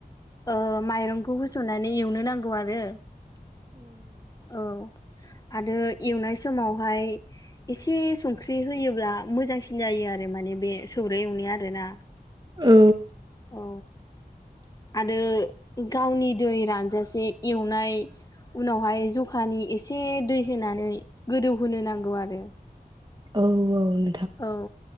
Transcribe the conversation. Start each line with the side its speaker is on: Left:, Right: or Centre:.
Left: ओ माइरंखौ होसननानै एवनो नांगौ आरो औ आरो एवनाय समाव ओमाय एसे संख्रि होयोब्ला मोजांसिन जायो आरो माने बे सौर एवनाया आरोना
Right: औ
Left: औ आरो गावनि दै रानजासे एवनाय उनावहाय जखानि एसे दै होनानै गोदौहोनो नांगौ आरो
Right: औ औ
Left: औ